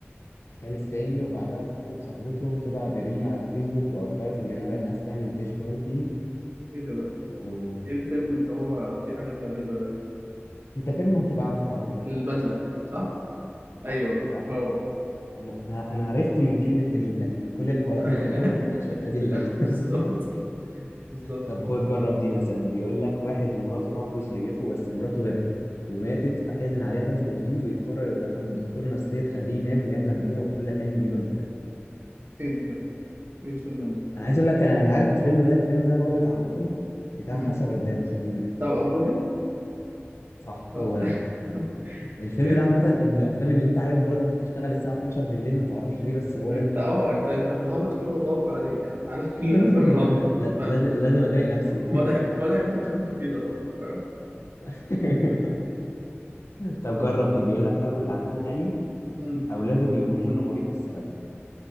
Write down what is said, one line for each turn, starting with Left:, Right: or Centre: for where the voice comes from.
Left: خال الثاني وبعدها التقوا بصاحبتهم تدعى بريم على الفيسبوك وأخبرت الجنابة إنها تعمل ديش بارتي
Right: ايه ده بقى
Left: وأنت
Right: ايه الفيلم اللي هو فيه حاجات غريبه ده
Left: فيلم هتبقى عارفه على فكرة
Right: البدله صح ايوه
Left: صح صح
Right: هو
Left: أنا أنا أنا عرفته من كلمة تريم لكن كل الحوارات
Right: <laughs>
Left: اللي في الأول دي ملهاش أي 30 لازمة
Right: بالظبط
Left: <laughs>
Right: بالظبط
Left: طب خد جرب دي مثلا بيقول لك واحد ومراته راحوا يصيفوا بس مراته غرقت وماتت فحزن عليها حزن شديد ويقرر يروح عند دكتور نفسية تخليه ينام ويحلم بيها وكل حلم بيبقى مختلف
Right: ايه ده ده ايه الفيلم ده
Left: أنا عايز أقول لك أنا أنا عارف الفيلم ده الفيلم ده هابط عامة بتاع
Right: مم.
Left: حسن رداد
Right: بس-
Left: تقريبا
Right: توأم روحي
Left: صح
Right: آه.
Left: هو ده
Right: <laughs>
Left: الفيلم
Right: ايه
Left: ده عامة من الأفلام اللي أنت عارف برضه دي بتشتغل الساعة 12 بالليل ما تعرفش ليه بس هو
Right: انت
Left: لازم تشتغل
Right: اه انت انت في الهابط كله الله اكبر عليك يعني عارف كل
Left: <laughs>
Right: الافلام الهابطه
Left: لا-
Right: فاهم
Left: لازم لازم أضايق نفسي
Right: واضح ان واضح ان انت بتاكل كتير يا طارق فاهم
Left: <laughs> طب
Right: قول
Left: جرب دي بيقول لك رجل أعمال غني
Right: مم.
Left: أولاده بيوهموه إنه مريض بالزهايمر